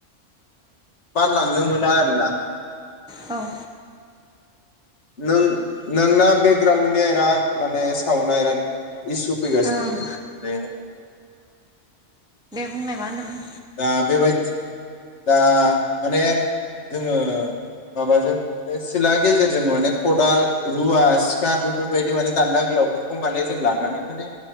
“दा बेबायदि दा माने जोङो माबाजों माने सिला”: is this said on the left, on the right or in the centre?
Left